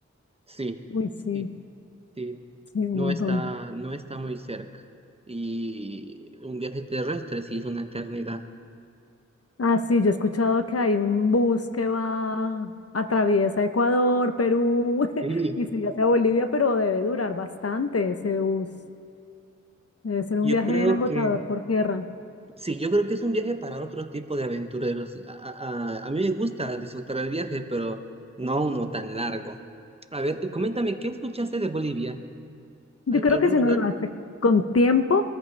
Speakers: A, on the right (about 20°); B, on the left (about 55°).
A: Sí,
B: Uy, sí,
A: sí, sí,
B: sí, un
A: no
B: montón.
A: está, no está muy cerca. Y un viaje terrestre sí es una eternidad.
B: Ah, sí, yo he escuchado que hay un bus que va, atraviesa Ecuador, Perú
A: Sí,
B: <laughs> y sigue hacia Bolivia, pero debe durar bastante ese bus. Debe ser un
A: yo
B: viaje
A: creo
B: bien agotador
A: que,
B: por tierra.
A: sí, yo creo que es un viaje para otro tipo de aventureros. A, a- a mí me gusta disfrutar el viaje, pero no uno tan largo. A ver, tú coméntame, ¿qué escuchaste de Bolivia?
B: Yo
A: al-
B: creo
A: algún
B: que si
A: lugar.
B: uno lo hace con tiempo,